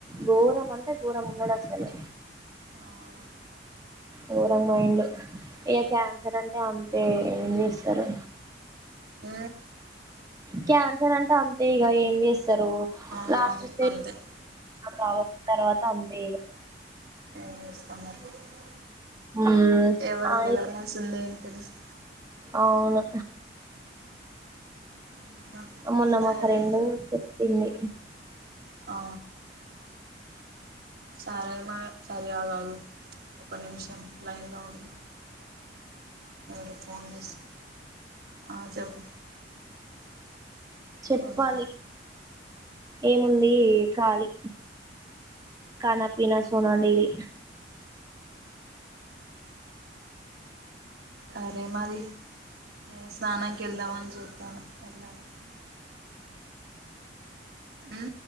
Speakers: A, on the right (about 20°); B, on the right (about 60°).
A: ఘోరం అంటే ఘోరం ఉన్నాడు అసలు
B: అవునా
A: ఘోరం మైండ్ ఇక క్యాన్సర్ అంటే అంతే ఏం చేస్తారు
B: ఉ
A: క్యాన్సర్ అంటే అంతే ఇక ఏం చేస్త సరు
B: అవునవును
A: లాస్ట్ స్టే
B: అంతే
A: రావచ్చిన తర్వాత అంటే ఇక
B: అస్త <unintelligible>
A: మ్మ్
B: ఎవరికి
A: అయి
B: ఎలా రాసిందే తెలుస్
A: అవును
B: అవునా?
A: అమొన్నమ్మ
B: సరే
A: ఫ్రెండు పెట్టింది
B: ఆ సరే మా సర అళను ఒక నిమిషం లైన్ లో ఉ రేపు ఫోన్ చేస్త అ చెప్పు
A: చెప్పాలి
B: అవునా
A: ఏముంది ఖళి కనా పినా సోనా డైలీ
B: సరే మరి ఏ స్నానానికి వెళ్దామని చెప్తాను ఏలా అని మ్